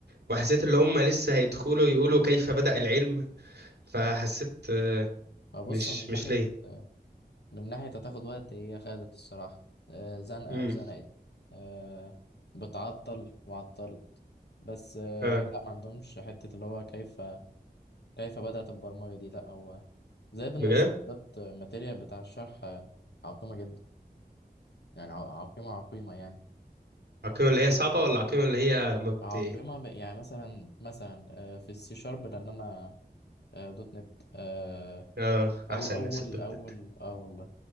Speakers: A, on the right; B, on the left.
A: وحسيت ان هم لسه هيدخلوا يقولوا كيف بدأ العلم فحسيت آه،
B: فبص
A: مش
B: من
A: مش
B: ناحية
A: ليه
B: من ناحية هتاخد وقت هي خدت الصراحة آه زنقة
A: امم
B: وزنقت آه بتعطل وعطلت بس آه
A: اه
B: لا ما عندهمش حتة اللي هو كيف كيف بدأت البرمجة دي لا هو زائد ان
A: بجد
B: السلايدات الماتيريال بتاع الشرح آه، عقيمة جدا يعني ع- عقيمة عقيمة يعني
A: العقيمة اللي هي صعبة ولا العقيمة اللي هي ما بت
B: عقيمة ب- يعني مثلا مثلا آه، في السي شارب لان انا آه، دوت نت آه،
A: اه احسن
B: او اول
A: ناس الدوت
B: اول
A: نت
B: اه والله